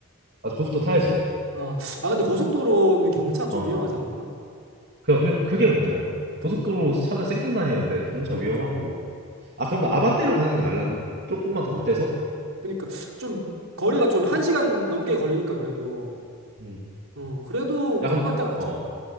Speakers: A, on the right (about 50°); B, on the right (about 70°).
A: 아 고속도로 타야지.
B: 아, 아, 근데 고속도로는 경차 좀
A: 어,
B: 위험하지 않나?
A: 그 그- 그게 문제야.
B: 그니까,
A: 고속도로 차들 쌩쌩 다니는데 경차
B: 그니까,
A: 위험하고. 아 그럼 아반떼로 가는 게 나을라나? 조금만 더 못해서?
B: 그니까. 좀, 거리가 좀 한 시간 넘게 걸리니까 그래도,
A: 음.
B: 어, 그래도
A: 야
B: 까만
A: 근데
B: 때가 낫지
A: 어.
B: 않을까?